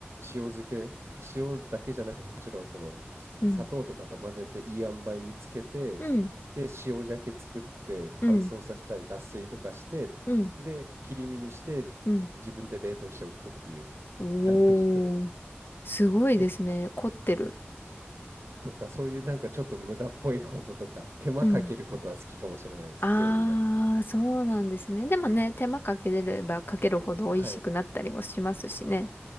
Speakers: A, on the right (about 85°); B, on the left (about 55°).
A: 塩漬け、塩だけじゃなくて、もちろんその、す砂糖とかと混ぜていい塩梅につけて、
B: うん。うん。
A: で、塩鮭作って乾燥させたり脱水とかして、
B: うん。うん。
A: で、切り身にして
B: うん。
A: 自分で冷凍しておくっていう
B: おー、
A: ラップにくるんで。
B: すごいですね。
A: で、
B: 凝ってる。
A: とか、そういうなんかちょっと無駄っぽいこととか、手間かけることは好きかもしれないです、
B: うん。あー、
A: 料理で。
B: そうなんですね。でもね、手間かけれればかけるほど美味しくなったりもしますしね。
A: はい。